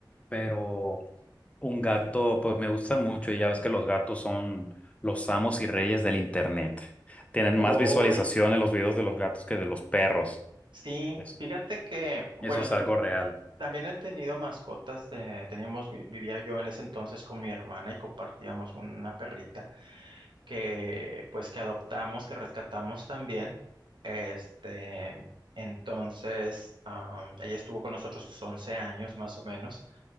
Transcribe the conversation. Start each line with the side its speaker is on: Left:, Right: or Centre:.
Left: pero Un gato, pues me gustan mucho y ya ves que los gatos son los amos y reyes del internet. Tienen
Right: hoy,
Left: más visualizaciones los videos de los gatos que de los perros.
Right: sí,
Left: Pues,
Right: fíjate que, bueno,
Left: eso es
Right: tam-
Left: algo real.
Right: también he tenido mascotas, eh, teníamos, vi- vivía yo en ese entonces con mi hermana y compartíamos una perrita. que pues que adoptamos, que rescatamos también. Este, entonces, am, ella estuvo con nosotros 11 años más o menos.